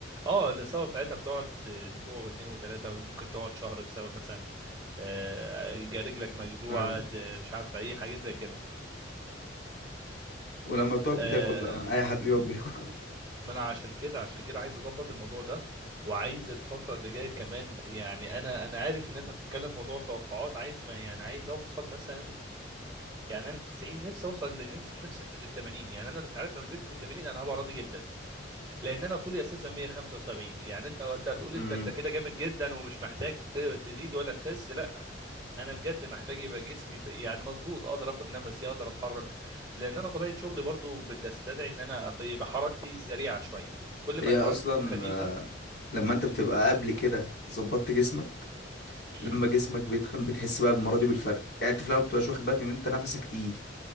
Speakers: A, on the right; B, on the left.
A: اه الاصابه بتاعتها بتقعد اسبوع واثنين وثلاثه وممكن تقعد شهر بسبب مثلا آه، رجلك مجزوعه
B: ايوه
A: د- مش عارف اي حاجات زي كده
B: ولما بتقعد
A: آه،
B: بتاكل بقى من اي حد بيقعد بياكل
A: ما انا عشان كده عشان كده عايز اظبط الموضوع ده وعايز الفتره اللي جايه كمان يعني انا انا عارف ان انت بتتكلم في موضوع التوقعات عايز ما يعني عايز اوصل مثلا يعني انا 90 نفسي اوصل لنفسي نفسي انزل لل 80 يعني انا انت عارف لو نزلت لل 80 انا هبقى راضي جدا لان انا طولي اساسا 175 يعني انت انت
B: <laughs>
A: هتقول
B: امم
A: انت انت كده جامد جدا ومش محتاج ت- تزيد ولا تخس لا انا بجد محتاج يبقى جسمي في يعني مظبوط اقدر اخد نفسي اقدر اتحرك لان انا طبيعه شغلي برضو بتستدعي ان انا أط- يبقى حركتي سريعه شويه كل
B: هي
A: ما حركتي
B: اصلا
A: تكون خفيفه
B: آه، لما انت بتبقى
A: مم.
B: قبل كده ظبطت جسمك
A: مم.
B: لما جسمك بيتخن بتحس بقى بالمرة دي بالفرق يعني انت في الاول بتبقاش واخد بالك ان انت نفسك تقيل